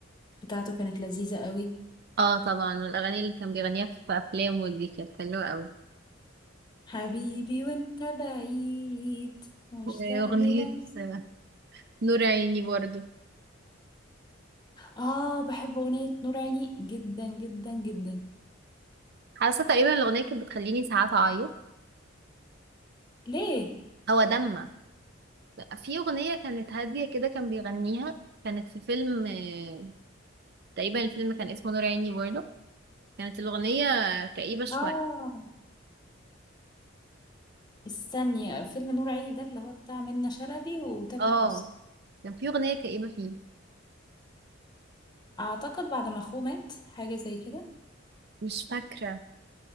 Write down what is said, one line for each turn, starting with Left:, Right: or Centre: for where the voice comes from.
Left: بتاعته كانت لذيذة قوي
Right: اه طبعا والاغاني اللي كان بيغنيها في افلامه دي كانت حلوه قوي
Left: حبيبي وانت بعيد مشتاق
Right: واغنيه
Left: للمسك
Right: آه، نور عيني برضه
Left: اه بحب اغنية نور عيني جدا جدا جدا
Right: حاسه تقريبا الاغنيه كانت بتخليني ساعات اعيط
Left: ليه
Right: او ادمع في اغنيه كانت هاديه كده كان بيغنيها كانت في فيلم آه، تقريبا الفيلم كان اسمه نور عيني برضه كانت الأغنية كئيبة شوية
Left: اه استني فيلم نور عيني ده اللي هو بتاع منة شلبي وتامر
Right: اه
Left: حسني
Right: كان في أغنية كئيبة فيه
Left: اعتقد بعد ما اخوه مات حاجة زي كده
Right: مش فاكرة